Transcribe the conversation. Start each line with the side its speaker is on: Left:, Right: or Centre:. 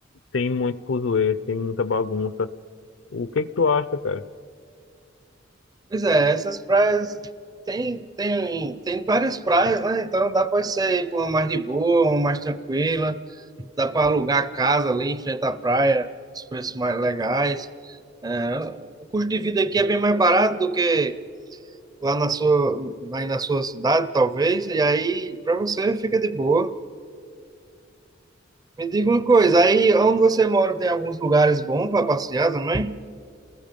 Left: sem muito fuzuê, sem muita bagunça. O que que tu acha, cara?
Right: Pois é, essas praias. Tem, tem, tem várias praias, né? Então dá para você ir para uma mais de boa, uma mais tranquila. Dá para alugar casa ali em frente à praia, os preços mais legais. É, o custo de vida aqui é bem mais barato do que lá na sua, aí na sua cidade, talvez. E aí, para você, fica de boa. Me diga uma coisa, aí onde você mora tem alguns lugares bons para passear também?